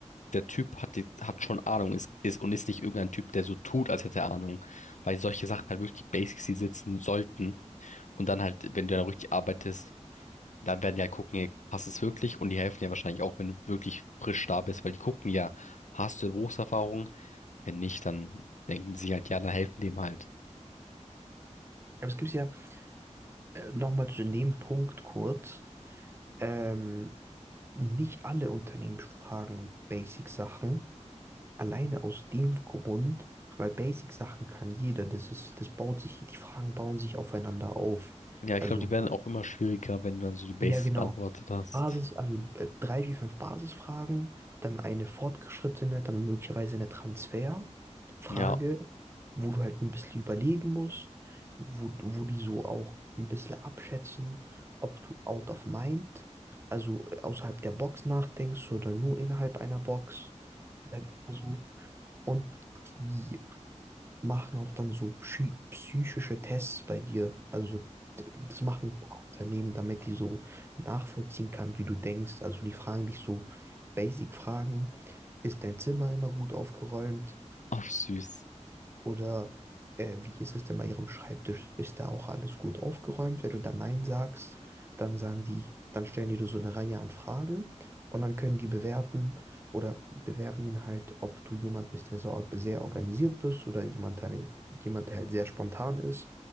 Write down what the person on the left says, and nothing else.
der Typ hat, die, hat schon Ahnung ist, ist und ist nicht irgendein Typ, der so tut, als hätte er Ahnung. Weil solche Sachen halt wirklich die Basics, die sitzen sollten. Und dann halt, wenn du da richtig arbeitest, dann werden die halt gucken, ey, passt es wirklich? Und die helfen dir wahrscheinlich auch, wenn du wirklich frisch da bist, weil die gucken ja, hast du Berufserfahrung? Wenn nicht, dann denken sie halt, ja, dann helfen die ihm halt.
Ja, ich
glaube, die werden auch immer schwieriger, wenn du dann so die Basics
beantwortet hast.
Ja.
Ach, süß.